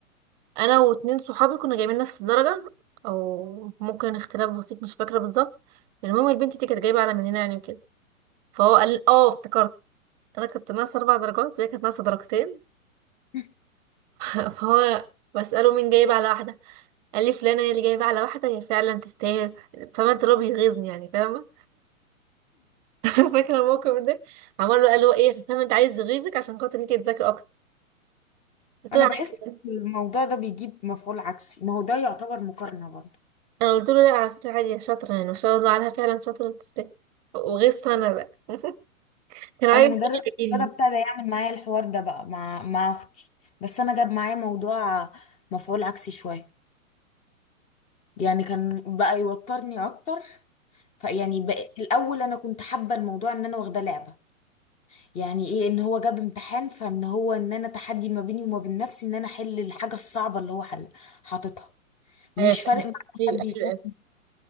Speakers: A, on the right (about 30°); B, on the left (about 15°).
A: أنا واتنين صحابي كنا جايبين نفس الدرجة أو ممكن اختلاف بسيط مش فاكرة بالظبط المهم البنت دي كانت جايبة على مننا يعني وكده فهو قال اه افتكرت أنا كنت ناقصة أربع درجات وهي كانت ناقصة درجتين
B: <laughs>
A: <laughs> فهو بسأله مين جايب على واحدة قال لي فلانة هي اللي جايبة على واحدة هي فعلا تستاهل فاهمة انت اللي هو بيغيظني يعني فاهمة <laughs> فاكرة الموقف ده عمال له قال له ايه فاهمة انت عايز يغيظك عشان خاطر انت تذاكري أكتر قلت
B: انا
A: له عادي
B: بحس الموضوع ده بيجيب مفعول عكسي ما هو ده يعتبر مقارنه برضه
A: انا قلت له لا على فكره عادي يا شاطره يعني ما شاء الله عليها فعلا شاطره وتستاهل وغير سنه بقى <laughs> كان عايز
B: انا مدرس
A: يعجبني
B: ده ابتدى يعمل معايا الحوار ده بقى مع مع اختي بس انا جاب معايا موضوع مفعول عكسي شويه يعني كان بقى يوترني اكتر فيعني بق- الاول انا كنت حابه الموضوع ان انا واخده لعبه يعني ايه ان هو جاب امتحان فان هو ان انا تحدي ما بيني وما بين نفسي ان انا احل الحاجه الصعبه اللي هو حل حاططها مش
A: ايوه حلو
B: فارق معايا
A: ايوه
B: حد يكون
A: حلو قوي